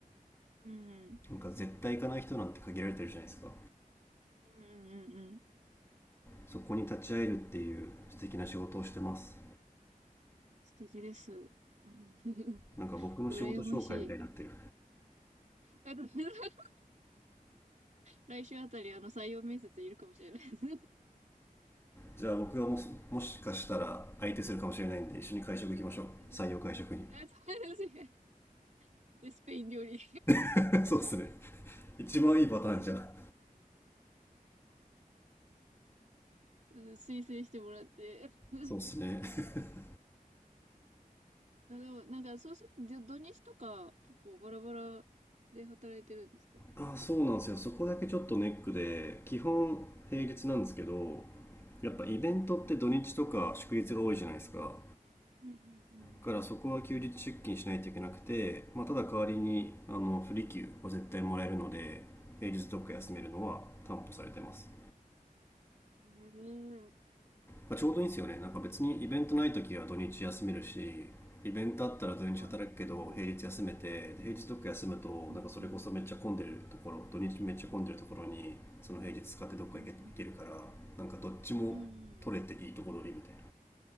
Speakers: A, on the right (about 55°); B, on the left (about 15°).
A: うん、うん、
B: なんか絶対行かない人なんて限られてるじゃないですか
A: うん、うん。うん
B: そこに立ち会えるっていう素敵な仕事をしてます
A: 素敵です。うん、<laughs>
B: なんか僕の仕事紹介みたいになってる
A: 羨ましい。<laughs> 来週あたり、あの、採用面接いるかもしれないです。
B: じゃあ僕がもしもしかしたら相手するかもしれないんで一緒に会食行きましょう採用会食に
A: <laughs> あ、そうです。デスペイン料理。
B: <laughs> そうっすね一番いいパターンじゃん
A: <laughs> うん、推薦してもらって。<laughs>
B: そうですね <laughs>
A: いやでも、なんか、そうすると、土日とか、結構バラバラで働いてるんですか
B: あそうなんですよそこだけちょっとネックで基本平日なんですけど
A: うん。
B: やっぱイベントって土日とか祝日が多いじゃないですか
A: あ、へーうんうん
B: だからそこは休日出勤しないといけなくて、まあ、ただ代わりにあの不利休は絶対もらえるので平日どっか休めるのは担保されてます
A: うん。はい。うん。
B: まあ、ちょうどいいんですよねなんか別にイベントない時は土日休めるしイベントあったら土日働くけど平日休めてで平日どっか休むとなんかそれこそめっちゃ混んでるところ土日めっちゃ混んでるところにその平日使ってどっか行け行けるからなんかどっちも取れていいとこ取りみたいな
A: あ、やっぱ土日うん。ああ、なるほど。うんうん。うんうん。うんうんうん。